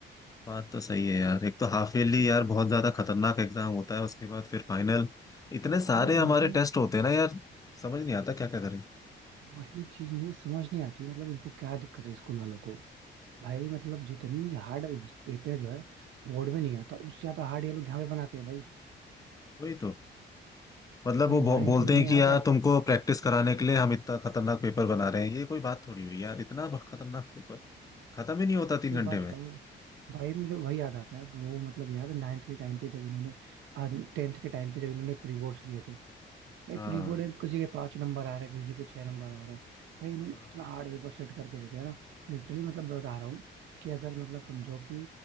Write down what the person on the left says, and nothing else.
बात तो सही है यार एक तो हाफ ईयरली यार बहुत ज्यादा खतरनाक एग्जाम होता है उसके बाद फिर फाइनल इतने
सारे हमारे
टेस्ट होते हैं ना यार समझ नहीं आता क्या क्या करें
वही तो मतलब
वो
बो, बोलते
हैं
कि यार
तुमको प्रैक्टिस कराने के लिए हम इतना खतरनाक पेपर बना रहे हैं ये कोई बात थोड़ी हुई यार इतना खतरनाक पेपर खत्म ही नहीं होता तीन
घंटे
में
हाँ
हाँ